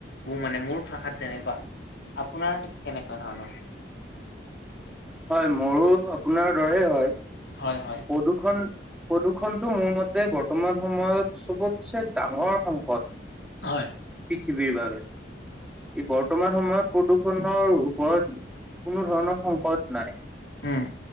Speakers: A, on the left; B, in the centre.
A: মোৰ মানে মোৰ ভাষাত তেনেকুৱা আপোনাৰ কেনেকুৱা ধৰণৰ
B: হয় মোৰো আপোনাৰ দৰে হয়
A: হয় হয়
B: প্ৰদূ্ষন প্ৰদূৰ্ষণটো মোৰ মতে বৰ্তমান সময়ত চবতছে ডাঙৰ সংকট
A: হয়
B: পৃথিৱীৰ বাবে ই বৰ্তমান সময়ত প্ৰদূষণৰ ওপৰত কোনো ধৰণৰ সংকট নাই
A: হম